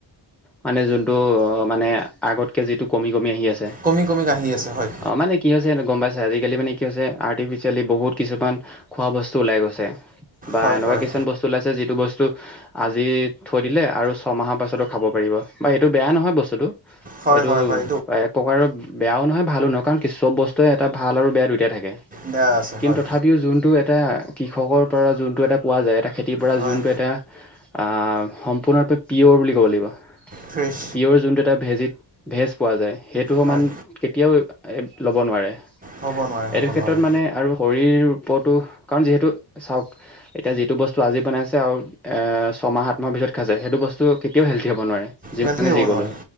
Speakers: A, in the centre; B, on the right (about 20°).
A: মানে যোনটো অ'মানে আগতকে যিটো কমি, কমি আহি আছে।
B: কমি, কমি কাঁহি আছে হয়।
A: অ' মানে কি হৈছে এনে গম পাইছে আজিকালি মানে কি হৈছে আৰ্টিফিচিয়েলি বহুত কিছুমান খোৱা বস্তু ওলাই গৈছে বা
B: হয়
A: এনেকুৱা
B: হয়
A: কিছুমান বচ বস্তু চলাইছে যিটো বস্তু আজি থৈ দিলে আৰু ছমাহৰ পাছতো খাব পাৰিব। হয় এইটো বেয়া নহয় বস্তুটো
B: হয়
A: এইটো
B: হয় হয়
A: প্ৰকাৰৰ বেয়াও নহয় ভালো নহয় কাৰণ কি চব বস্তুৱে এটা ভাল আৰু বেয়া দুইটাই থাকে
B: বেয়া আছে
A: কিন্তু
B: হয়
A: তথাপ পিও যোনটো এটা কৃষকৰ পৰা যোনটো এটা পোৱা যায় এটা খেতিৰ পৰা
B: হয়
A: যোনটো এটা আ সম্পূৰ্ণৰূপে পিয়ৰ বুলি ক'ব লাগিব
B: ফ্ৰেছ
A: পিঅৰ যোনটো এটা ভেজিত ভেজ পোৱা যায় সেইটো সমান
B: হয়
A: কেতিয়াও এ ল'ব নোৱাৰে।
B: হ'ব নোৱাৰে হ'ব
A: এইটো ক্ষেত্ৰত
B: নোৱাৰে
A: মানে আৰু শৰীৰ ওপৰতো কাৰণ যিহেতু চাওক এতিয়া যিটো বস্তু আজি বনাইছে আৰু এ ছমাহ, সাত মাহ ভিতৰত খাইছে সেইটো বস্তু কেতিয়াও হেল্থী হ'ব নোৱাৰে যিমানে
B: হেল্ডি হ'ব
A: যি ক'লো
B: নোৱাৰে